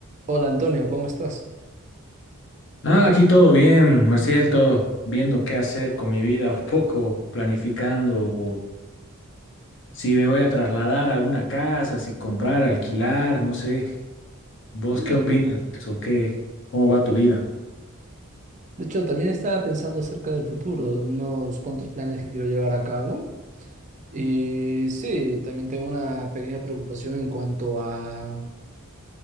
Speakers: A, on the right; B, on the left.
A: Hola Antonio, ¿cómo estás?
B: Ah, aquí todo bien, Marcial, todo viendo qué hacer con mi vida, un poco planificando o si me voy a trasladar a alguna casa, si comprar, alquilar, no sé. ¿Vos
A: Mm,
B: qué opinas de eso? ¿Qué, cómo va tu vida?
A: De hecho, también estaba pensando acerca del futuro, de unos cuantos planes que quiero llevar a cabo. Y sí, también tengo una pequeña preocupación en cuanto a,